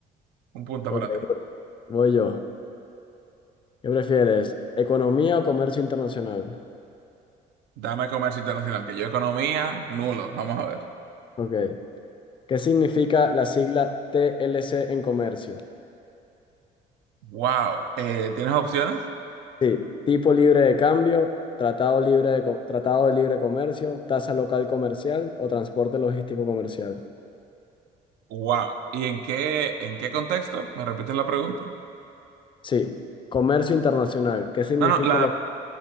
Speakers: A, on the right; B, on the left.
A: Un punto
B: ok,
A: para ti.
B: voy voy yo. ¿Qué prefieres? ¿Economía o comercio internacional?
A: Dame comercio internacional, que yo economía, nulo. Vamos a ver.
B: Ok. ¿Qué significa la sigla TLC en comercio?
A: Wow. Eh, ¿tienes opciones?
B: Sí, tipo libre de cambio, tratado libre de, co- tratado de libre comercio, tasa local comercial o transporte logístico comercial.
A: Wow. ¿Y en qué, en qué contexto? ¿Me repites la pregunta?
B: Sí, comercio internacional. ¿Qué significa
A: No, no, la...
B: la,